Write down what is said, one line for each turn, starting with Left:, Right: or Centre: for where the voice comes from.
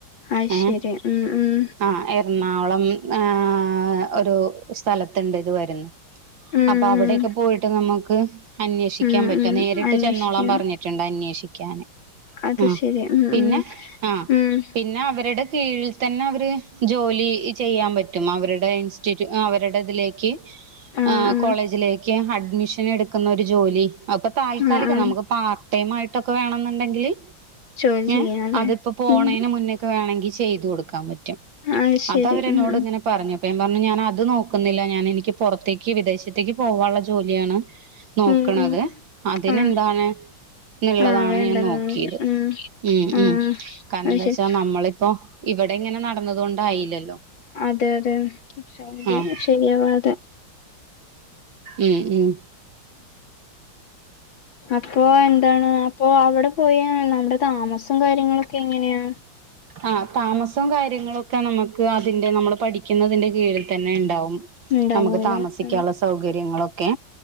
Left: അത്
Right: ഏഹ്
Left: ശരി ഉം ഉം
Right: ആഹ് എർണാകുളം ഏഹ് ഒരു സ്ഥലത്തുണ്ട് ഇത് വരുന്ന്
Left: ഉം
Right: അപ്പൊ
Left: ഉം
Right: അവിടെക്കെ പോയിട്ട് നമുക്ക് അന്വേഷിക്കാൻ
Left: ഉം
Right: പറ്റും
Left: ഉം
Right: നേരിട്ട്
Left: അന്വേഷിക്കാം
Right: ചെന്നോളാൻ പറഞ്ഞ് ട്ടൊണ്ട് അന്വേഷിക്കാന്
Left: അത്
Right: ആഹ്
Left: ശരി ഉം
Right: പിന്നെ
Left: ഉം
Right: ആഹ്
Left: ഉം
Right: പിന്നെ അവരടെ കീഴിൽ തന്നെ അവര് ജോലി ചെയ്യാൻ പറ്റും അവരുടെ ഇൻസ്റ്റിറ്റ്യൂ ആ അവരുടെതിലേക്ക്
Left: ആ
Right: ആഹ്
Left: ആ
Right: കോളേജിലേക്ക് അഡ് നെടുക്കുന്നൊരു ജോലി അപ്പൊ താൽക്കാലിക
Left: ആഹ് ആഹ്
Right: നമുക്ക് പാർട്ട്ടൈമായിട്ടൊക്കെ വേണെന്നുണ്ടെങ്കില്
Left: ജോലി
Right: ഏഹ്
Left: ചെയ്യാല്ലേ
Right: അതിപ്പോ പോണേന്
Left: ഉം
Right: മുന്നേ ക്കെ വേണെങ്കി ചെയ്തു കൊടുക്കാൻ പറ്റും
Left: അത് ശരി
Right: അതവരെന്നോടിങ്ങനെ
Left: ഉം ഉം
Right: പറഞ്ഞപ്പോ ഞാൻ പറഞ്ഞു ഞാൻ അത് നോക്കുന്നില്ല ഞാൻ എനിക്ക് പൊറത്തേക്ക് വിദേശത്തേക്ക് പോവാനുള്ള ജോ ജോലിയാണ് നോക്കണത്
Left: ഉം ഉം
Right: അതിനെന്താണ്
Left: ആഹ്
Right: ന്ന്ള്ളതാണ്
Left: ആഹ് വേണ്ടല്ലോ
Right: ഞാൻ നോക്കിയത്
Left: ഉം
Right: ഉം
Left: ആഹ്
Right: ഉം കാരണന്താച്ചാ
Left: അത് ശരി
Right: നമ്മളിപ്പോ ഇവിടെ ഇങ്ങനെ നടന്നത് കൊണ്ടായില്ലല്ലോ
Left: അതെയതെ <unintelligible>
Right: ആഹ്
Left: ശരിയാവാതെ
Right: ഉം ഉം
Left: അപ്പോ എന്താണ് അപ്പൊ അവടെ പോയാ നമ്മുടെ താമസം കാര്യങ്ങളൊക്കെ എങ്ങനെയാ
Right: ആഹ് താമസോം കാര്യങ്ങളൊക്കെ നമ്മക്ക് അതിന്റെ നമ്മള് പഠിക്കുന്നതിന്റെ കീഴിൽ തന്നെ ഇണ്ടാവും
Left: ഉണ്ടാവൂല
Right: നമ്മക്ക് താമസിക്കാനൊള്ള
Left: ഉം
Right: സ സൗകര്യങ്ങളൊക്കെ